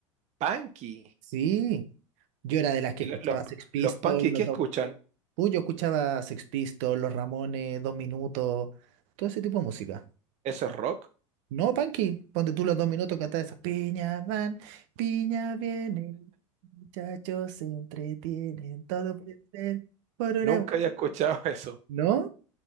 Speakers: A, on the right; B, on the right.
A: punky.
B: Sí, yo era de las que
A: ¿Y
B: escuchaba
A: lo- los,
B: Sex Pistols,
A: los punky
B: los
A: qué escuchan?
B: dos. Uh, yo escuchaba Sex Pistols, Los Ramones, Dos Minutos, todo ese tipo de música.
A: ¿Eso es rock?
B: No, punky, ponte tú los Dos Minutos cantar esas. Piña van, piña vienen, muchachos se entretienen, todo puede ser por una.
A: Nunca había escuchado <laughs> eso.
B: ¿No?